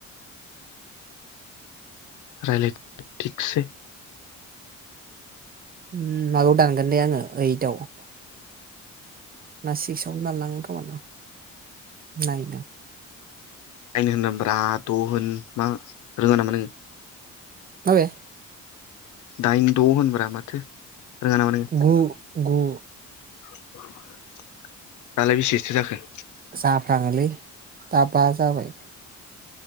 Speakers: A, on the left; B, on the right.
A: रायज्लायदै थिगसै
B: उम माबायाव दांगोन दे आङो ओइदवाव ना सिक्सआवनो दानलाङोन खोमा नायनां
A: आइन होनो ब्रा द' होन मा रोङा नामा नों
B: माबे
A: दाइन द' होनब्रा माथो रोङा नामा नों
B: गु गु
A: दालाय बेसेथो जाखो
B: जाफ्लाङोलै दा बा जाबाय।